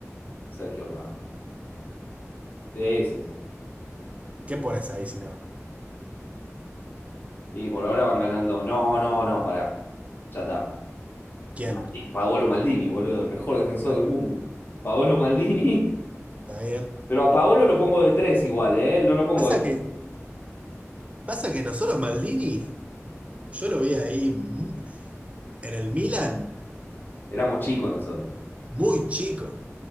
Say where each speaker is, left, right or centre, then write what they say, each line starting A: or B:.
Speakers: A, on the left; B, on the right.
A: Sergio Ramos. Sí, sí, sí.
B: ¿Quién pones ahí si no?
A: Y por ahora van ganando. No, no, no, pará. Ya está.
B: ¿Quién?
A: Maldi- Paolo Maldini, boludo, el mejor defensor
B: Ah,
A: del mundo. Paolo Maldini.
B: ¿Está bien?
A: <laughs> Pero a Paolo lo pongo de tres igual, ¿eh? No lo pongo
B: Pasa
A: de...
B: que, pasa que nosotros Maldini, yo lo vi ahí mm, en el Milan
A: Éramos chicos nosotros.
B: muy chico.